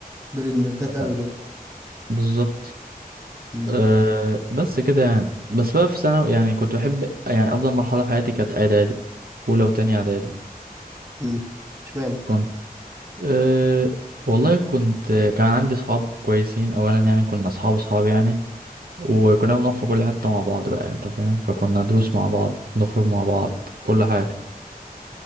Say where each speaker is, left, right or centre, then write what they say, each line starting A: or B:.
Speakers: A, on the right; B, on the right.
A: دول النردات
B: اتفقنا.
A: أوي دول
B: بالظبط
A: أمم
B: أه بس كده يعني بس بقى في ثانوي يعني كنت بحب يعني افضل مرحله في حياتي كانت اعدادي اولى وتانية اعدادي
A: أمم اشمعنى؟
B: كنت أه والله كنت كان عندي صحاب كويسين اولا يعني كنا اصحاب اصحاب يعني وكنا بنروح في كل حتة مع بعض بقى انت فاهم فكنا دروس مع بعض نخرج مع بعض كل حاجة